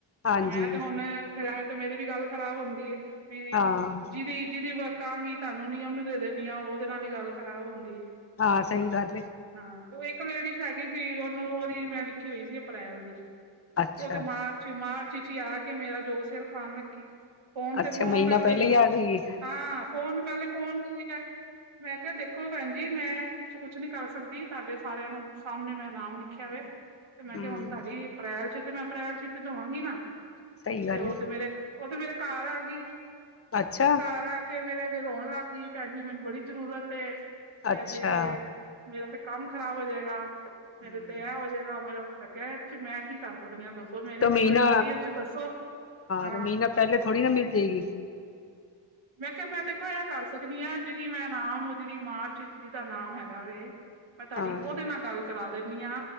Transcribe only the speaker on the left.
ਹਾਂਜੀ
ਹਾਂ
ਹਾਂ, ਸਹੀ ਗੱਲ ਏ।
ਅੱਛਾ
ਅੱਛਾ
ਮਹੀਨਾ
<unintelligible>
ਹਮ
ਸਹੀ
ਗੱਲ
ਹੈ
ਅੱਛਾ
ਅੱਛਾ
ਹਮ
ਤਾਂ
ਮਹੀਨਾ
ਤਾਂ ਮਹੀਨਾ ਪਹਿਲੇ ਥੋੜੀ ਨਾ ਮਿਲ ਜੇਗੀ
ਹਾਂ